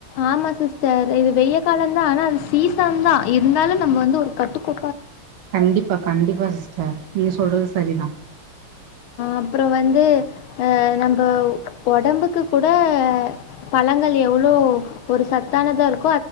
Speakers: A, on the left; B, on the right.
A: ஆமாம் சிஸ்டர் இது வெய் காலம்ந்தான் ஆனால் அது சீசன் தான் இருந்தாலும் நம்ம வந்து ஒரு கட்டுக்கோ
B: கண்டிப்பா கண்டிப்பா சிஸ்டர் நீ சொல்றது சரிதான்
A: அப்புறம் வந்து ஹ நம்ம உடம்புக்கு கூட பழங்கள் எவ்வளோ ஒரு சத்தானதா இருக்